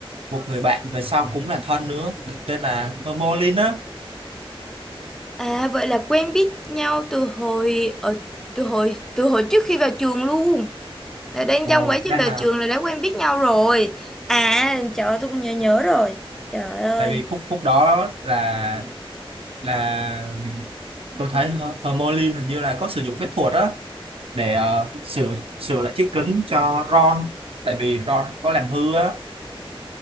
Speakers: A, on the right; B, in the centre.
A: một người bạn về sau cũng là thân nữa tên là Hermione á.
B: À vậy là quen biết nhau từ hồi ở từ hồi từ hồi trước khi vào trường luôn. Là đang
A: Ồ,
B: trong quá trình
A: đang
B: vào
A: là
B: trường là đã quen biết nhau rồi. À trời ơi, tôi cũng nhớ nhớ rồi. Trời ơi.
A: tại vì khúc khúc đó là là tôi thấy Her- Hermione hình như là có sử dụng phép thuật đó để ờ, sửa sửa lại chiếc kính cho Ron tại vì Ron có làm hư á